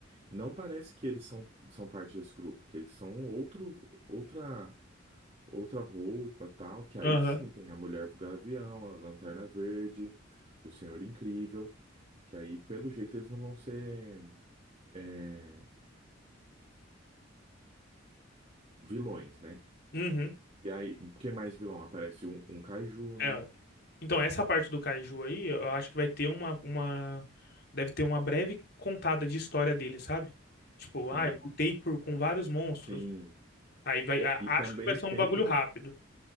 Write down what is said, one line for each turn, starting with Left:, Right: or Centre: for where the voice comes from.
Right: Não parece que eles são, são parte desse grupo, que eles são um outro, outra. outra roupa, tal, que aí
Left: aham,
Right: sim tem a Mulher Gavião, a Lanterna Verde, o Senhor Incrível, que aí pelo jeito eles não vão ser é, vilões, né?
Left: uhum.
Right: E aí, que mais vilão? Aparece um, um Kaiju,
Left: É,
Right: né?
Left: Então, essa parte do Kaiju aí, eu acho que vai ter uma, uma... Deve ter uma breve contada de história dele, sabe? Tipo, ah,
Right: Sim,
Left: eu lutei por, com vários monstros.
Right: sim.
Left: Aí vai... a-
Right: E
Left: Acho
Right: também
Left: que vai ser
Right: tem,
Left: um bagulho rápido.